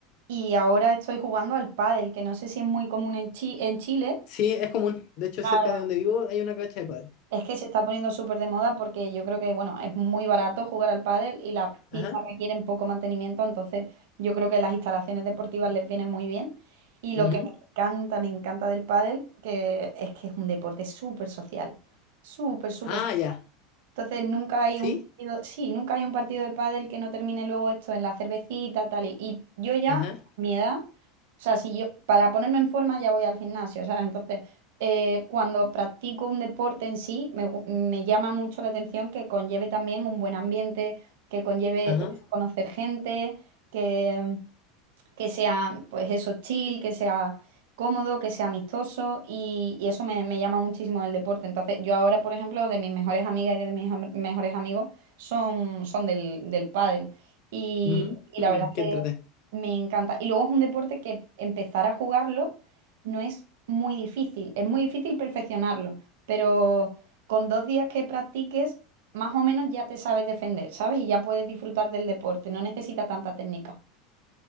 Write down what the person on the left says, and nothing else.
Sí, es común. De hecho,
cerca de donde vivo hay una cancha de pádel.
Ajá.
ujú.
Ah, ya.
¿Sí?
Ajá.
Ajá.
ujú,
mm,
qué
entrete.